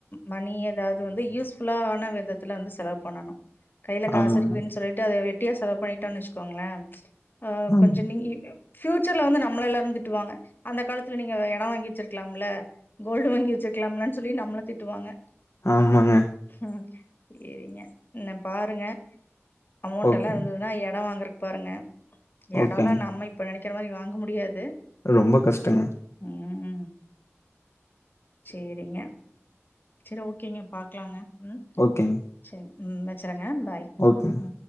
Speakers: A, on the left (about 40°); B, on the left (about 65°).
A: மணி எதாவ்து வந்து யூஸ்ஃபுல்லான விதத்துல வந்து செலவு பண்ணணு கையில காசு
B: ஆமாங்க
A: இருக்குதுன்னு சொல்லிட்டு அத வெட்டியா செலவு பண்ணிட்டோன்னு வச்சுக்கோங்களே ஆ
B: ஆமா
A: கொஞ்சோ நீங்க ஃபியூச்சர்ல வந்து நம்மள எல்லாரு திட்டுவாங்க அந்த காலத்துல நீங்க எடோ வாங்கி வச்சிருக்கலாம்ல கோல்டு வாங்கி வச்சிருக்கலாம்லனு சொல்லி நம்மள திட்டுவாங்க
B: ஆமாங்க
A: ம் சேரிங்க என்ன பாருங்க அமௌண்டல்லா
B: ஓகே
A: இருந்ததுன்னா எடோ வாங்குறக்கு பாருங்க எடோல்லா
B: ஓகேங்க
A: நம்ம இப் விக்கிற மாரி வாங்க முடியாது
B: ரொம்போ கஷ்டொங்க
A: உம் சேரிங்க சேரி ஓகேங்க பாக்லாங்க ம்
B: ஓகேங்க
A: செரி ம் வச்சறேங்க பாய்
B: ஓகே
A: ம்